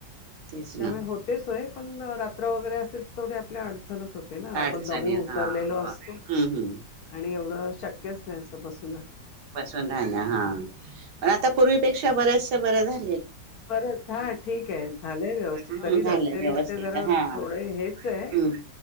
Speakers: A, on the right; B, on the left.
A: तेच
B: त्यामुळे
A: ना
B: होते सोय पण रात्र वगैरे असले तर तेे आपल्याड होते ना आपण
A: अडचणी
B: दमून उतरलेलो
A: हा बर
B: असतो.
A: हम्म हम्म
B: आणि एवढं शक्यच नाही असं बस
A: बसून राहण्या हा पण आता पूर्वीपेक्षा बरेच बरं झा
B: बर हा ठीक आहे झालंय. व्यवस्थित
A: ह
B: तरी
A: झालं
B: रस्ते
A: व्यवस्थित
B: बिस्ते जरा
A: हा
B: थोडे हेच आहे
A: हम्म